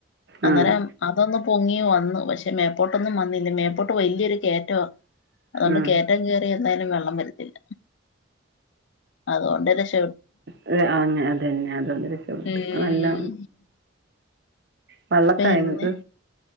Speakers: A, on the left; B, on the right.
A: അന്നേരം
B: ആഹ്
A: അതൊന്നു പൊങ്ങി വന്നു പക്ഷെ മേപ്പോട്ടൊന്നും വന്നില്ല മേപ്പോട്ട് വലിയൊരു കേറ്റമാ അതുകൊണ്ട്
B: ആഹ്
A: കേയറ്റം കേയറി എന്തായാലും വെള്ളം വരത്തില്ല അതുകൊണ്ട് രക്ഷ-
B: അതെ അതെ അതന്നെ അതൊണ്ട് രക്ഷപെട്ട്
A: ഉം.
B: അത് നല്ല പള്ളത്തായിനിങ്ങക്ക്
A: പിന്നെ